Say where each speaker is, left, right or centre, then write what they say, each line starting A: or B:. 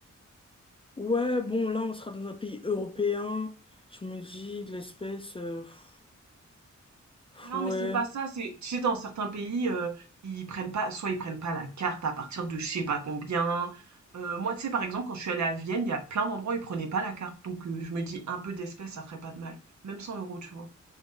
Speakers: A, on the left; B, on the right.
A: Ouais, bon, là, on sera dans un pays européen. Je me dis, de l'espèce. euh, pff, pff,
B: Non,
A: ouais.
B: mais c'est pas ça, c'est, tu sais, dans certains pays, euh, ils prennent pas, soit ils prennent pas la carte à partir de je sais pas combien. Euh, moi, tu sais, par exemple, quand je suis allée à Vienne, il y a plein d'endroits où ils prenaient pas la carte. Donc, euh, je me dis, un peu d'espèces ça ferait pas de mal. Même 100 euros, tu vois.